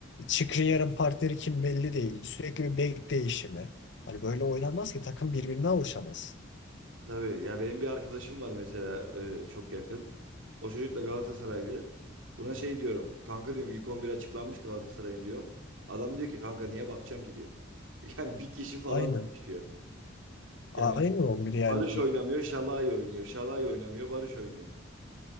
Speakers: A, on the left; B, on the right.
A: Skriniar'ın partneri kim belli değil. Sürekli bir bek değişimi. Hani böyle oynanmaz ki takım birbirine alışamaz.
B: Tabii ya benim bir arkadaşım var mesela e, çok yakın. O çocuk da Galatasaraylı. Buna şey diyorum. Kanka diyorum ilk 11 açıklanmış Galatasaray'ın diyorum. Adam diyor ki kanka niye bakacaksın ki diyor. <laughs> Yani bir kişi falan
A: Aynen.
B: düşüyor.
A: Aynı
B: Yani
A: 11 yani.
B: Barış oynamıyor, Şalay oynuyor. Şalay oynamıyor, Barış oynuyor.